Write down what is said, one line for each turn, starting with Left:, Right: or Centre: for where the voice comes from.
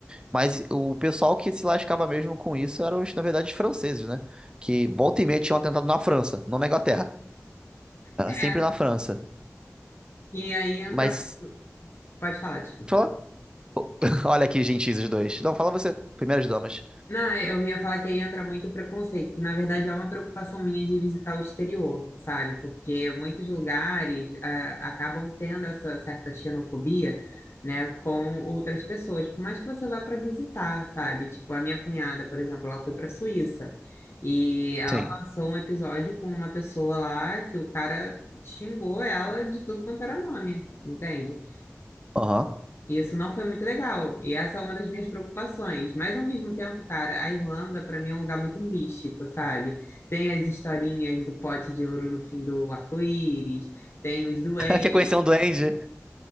Right: Mas o pessoal que se lascava mesmo com isso eram, os, na verdade, os franceses, né? Que volta e meia tinham atentado na França, não na Inglaterra. Era
Left: É.
Right: sempre na França.
Left: E aí entra.
Right: Mas,
Left: Pode falar, desculpa.
Right: fala. <laughs> Olha aqui, gentis, os dois. Não, fala você. Primeiras damas.
Left: Não, é, eu ia falar que aí entra muito o preconceito, que na verdade é uma preocupação minha de visitar o exterior, sabe? Porque muitos lugares ah, acabam tendo essa certa xenofobia, né, com outras pessoas, por mais que você vá para visitar, sabe? Tipo, a minha cunhada, por exemplo, ela foi para a Suíça e ela
Right: Sim.
Left: passou um episódio com uma pessoa lá que o cara xingou ela de tudo quanto era nome, entende?
Right: Aham.
Left: Isso não foi muito legal. E essa é uma das minhas preocupações. Mas ao mesmo tempo, cara, a Irlanda para mim é um lugar muito místico, sabe? Tem as historinhas do pote de ouro no fim do arco-íris, tem os duendes.
Right: <laughs> Quer conhecer um duende?